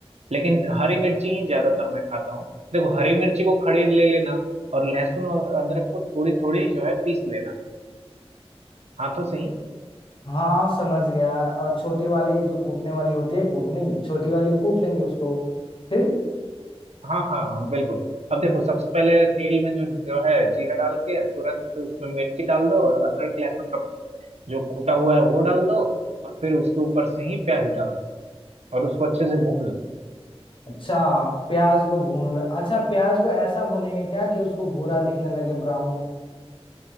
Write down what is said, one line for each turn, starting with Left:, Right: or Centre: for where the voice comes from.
Right: लेकिन हरी मिर्ची ही ज्यादातर मैं खाता हूँ देखो हरी मिर्ची को खड़े ले लेना और लहसुन और अदरक को थोड़ी थोड़ी जो है पीस लेना हाथों से ही
Left: हाँ समझ गया और छोटी वाली जो कूटने वाली होती है कूटनी छोटी वाली में कूट लेंगे उसको फिर
Right: हाँ हाँ हाँ, बिल्कुल अब देखो सबसे पहले तेल में जो जो है जीरा डाल के तुरंत उसमें मिर्ची डाल दो और अदरक लहसुन का जो कूटा हुआ है वो डाल दो और फिर उसके ऊपर से ही प्याज डाल दो और उसको अच्छे से भून लो
Left: अच्छा प्याज को भून लो अच्छा प्याज को ऐसा भूनेंगे क्या कि उसको भूरा दिखने लगे ब्राउन